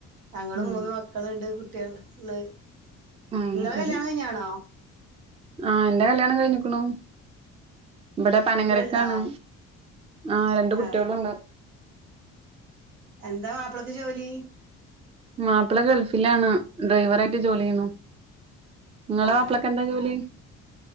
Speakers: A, on the right; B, on the right.
A: ഞങ്ങള്,
B: ഉം
A: മൂന്ന് മക്കളിണ്ട്, കുട്ടികൾ ഉള്
B: ആഹ്
A: നിങ്ങളെ
B: ശരി
A: കല്യാണം കഴിഞ്ഞാണോ
B: ആഹ് എന്റെ കല്യാണം കഴിഞ്ഞിക്കണു ഇവിടെ പനങ്കരക്കാണ്
A: കുട്ടികളുണ്ടോ
B: ആഹ് രണ്ട് കുട്ടികളിണ്ട്
A: ഏഹ് എന്താ മാപ്പിളക്ക് ജോലി?
B: മാപ്പിള ഗൾഫിലാണ് ഡയ്വർയിട്ട് ജോലി ചെയ്യുന്നു. ഇങ്ങളെ
A: ഏഹ്
B: മാപ്പിളക്കെന്താ ജോലി?